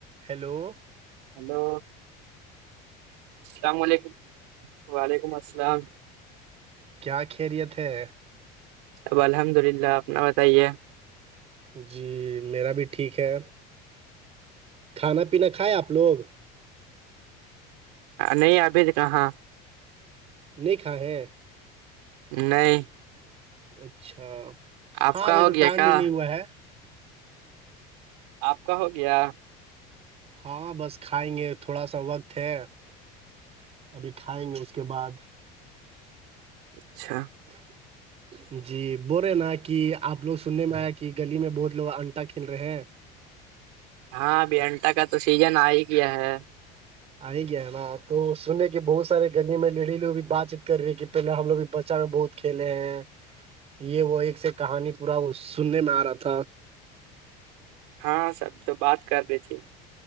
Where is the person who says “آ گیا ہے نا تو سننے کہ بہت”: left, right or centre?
Right